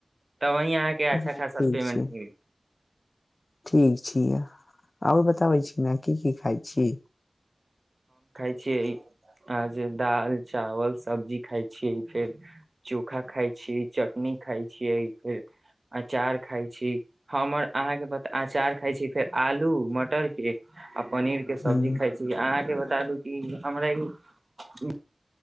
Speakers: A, on the right; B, on the left.
A: तब वही अहाँके अच्छा
B: हँ
A: खासा
B: ठीक
A: पेमेंट
B: छै
A: मिल
B: ठीक छी आबू बताबै छी न की की खाइ छी
A: छ आ जे दाल चावल सब्जी खाइ छियै फेर चोखा खाइ छी चटनी खाइ छियै फेर अचार खाइ छीयै हमर अहाँके बता अचार खाइ छीयै फेर आलू मटरके आ पनीर के सब्जी
B: ह
A: खायई छी य अहाँ के ब बतालू कि हमरा ई